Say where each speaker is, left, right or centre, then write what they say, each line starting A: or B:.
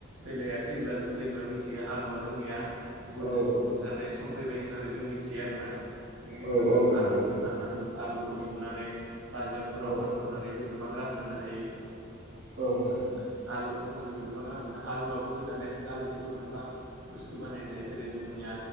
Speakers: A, on the right (about 80°); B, on the right (about 45°).
A: बिलाइया थैब्ला जों जेनेबा मिथिगो आलुआ जोंनिया बुरजा
B: औ
A: बुरजानाय सम फैबाय होननानै जों मिनथियो आरोना बेनि
B: औ
A: उनाव
B: औ
A: जों
B: नंगौ
A: आलुखौ
B: औ
A: फानना आलुखौ दिहुननानै बाजारफोराव
B: औ
A: फानहरनानैबो गोबां रां मोननो हायो
B: औ
A: उम आलु खौ फाननानैबो गोबां रां मोनो आलुआबोथ' दानिया जों आलुजोंबो गोबां बुस्थु बानायनो हायो जेरै जोंनिया